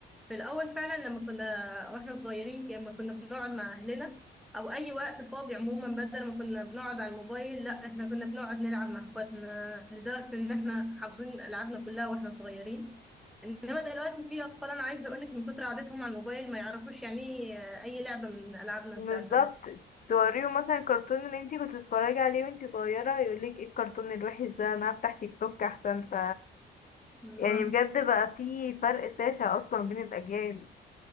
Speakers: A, in the centre; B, on the left (about 45°).
A: في الأول فعلا لما كنا واحنا صغيرين لما كنا بنقعد مع أهلنا أو أي وقت فاضي عموما بدل ما كنا بنقعد على الموبايل لا احنا كنا بنقعد نلعب مع اخواتنا لدرجة إن احنا حافظين ألعابنا كلها واحنا صغيرين إنما دلوقتي في أطفال أنا عايزة أقولك من كتر قعدتهم على الموبايل ما يعرفوش يعني إيه أي لعبة من ألعابنا
B: بالظبط
A: بتاعت زمان
B: توريه مثلا الكرتون اللي انتي كنت بتتفرجي عليه وانتي صغيرة يقولك ايه الكرتون الوحش ده انا هفتح تيك توك احسن ف
A: بالظبط
B: يعني بجد بقى في فرق شاسع اصلا بين الأجيال